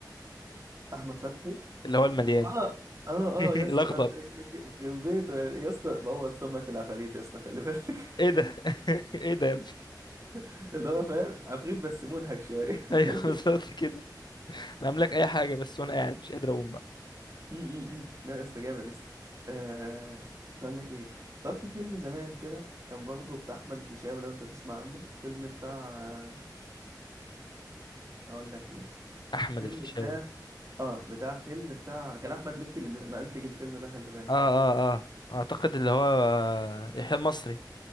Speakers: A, on the right; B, on the left.
A: أحمد فتحي
B: اللي هو المليان
A: اه اه
B: <laughs>
A: اه يا
B: الاخضر
A: اسطى يخرب بيته يا اسطى بوظ سمعة العفاريت يا اسطى خلي بالك
B: ايه ده <laughs> ايه ده يا ابني
A: <laughs> اللي هو فاهم عفريت بس منهك شوية
B: ايوه
A: <laughs>
B: <laughs> بالظبط كده انا عامل لك اي حاجة بس وانا قاعد مش قادر اقوم بقى
A: م- م- م. لا يا اسطى جامد يا اسطى آه... اقول لك ايه طب في فيلم زمان كده كان برضه بتاع احمد الفيشاوي لو انت تسمع عنه فيلم بتاع اقول لك ايه
B: احمد
A: فيلم
B: الفيشاوي
A: بتاع اه بتاع فيلم بتاع كان احمد مكي اللي من- منتج الفيلم ده خلي بالك
B: اه اه اه اعتقد اللي هو آه، يحيى المصري